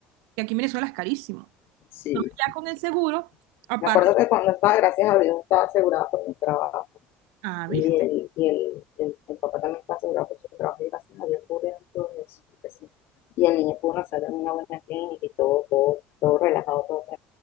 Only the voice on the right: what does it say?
que aquí en Venezuela es carísimo.
Entonces,
ya con
el seguro, aparte,
ah,
¿viste?